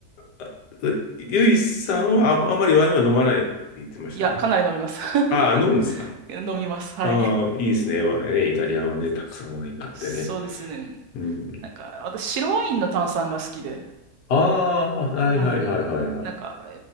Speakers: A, on the left; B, on the right.
A: あゆいさんはあ、あまりワインは飲まないって言ってましたね。
B: いや、かなり飲みます。
A: ああ、飲むんですか
B: <laughs> 飲みます。はい。
A: ああ、いいですね。わイねイタリアはね、たくさんワインがあってね。
B: そうですね。
A: うん
B: なんか、私、白ワインの炭酸が好きで。
A: ああー、はいはいはいはいはい。
B: はい。なんか、